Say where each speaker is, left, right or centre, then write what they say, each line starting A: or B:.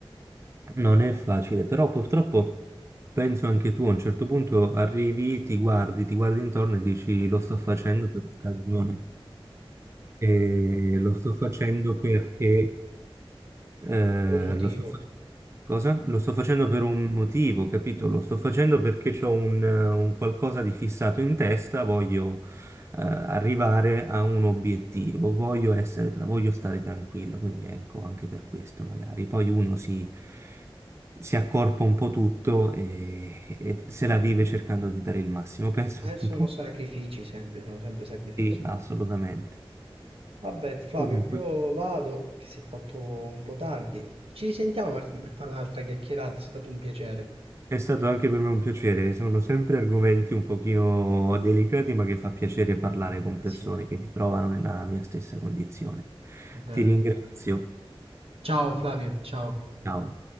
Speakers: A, on the right; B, on the right.
A: Non è facile, però purtroppo penso anche tu, a un certo punto arrivi, ti guardi, ti guardi intorno e dici lo sto facendo per ragione. E lo sto facendo perché eh,
B: per un motivo.
A: lo sto facendo. Cosa? Lo sto facendo per un motivo, capito? Lo sto facendo perché ho un, eh, un qualcosa di fissato in testa, voglio eh, arrivare a un obiettivo, voglio essere tra- voglio stare tranquillo, quindi ecco, anche per questo magari. Poi uno si, si accorpa un po' tutto e, e se la vive cercando di dare il massimo, <laughs> penso
B: Adesso
A: un po'.
B: sono sacrifici sempre, sono sempre sacrifici.
A: Sì, assolutamente.
B: Vabbè, Flavio,
A: Comunque.
B: io vado, che si è fatto un po' tardi. Ci risentiamo magari per fare un'altra chiacchierata, è stato un piacere.
A: È stato anche per me un piacere, sono sempre argomenti un pochino delicati, ma che fa piacere parlare con persone
B: Eh sì,
A: che si trovano nella mia stessa condizione.
B: davvero.
A: Ti ringrazio.
B: Ciao Flavio, ciao.
A: Ciao.